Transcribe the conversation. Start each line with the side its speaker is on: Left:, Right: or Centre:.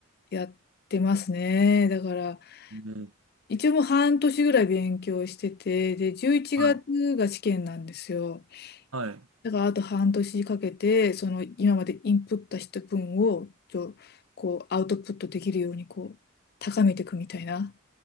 Left: やってますね。だから、
Right: うん。
Left: 一応もう半年ぐらい勉強してて、で、11月がつが試験なんですよ。
Right: はい。はい。
Left: だから、あと半年かけて、その今までインプットした分を、ちょこう、アウトプットできるように、こう、高めていくみたいな。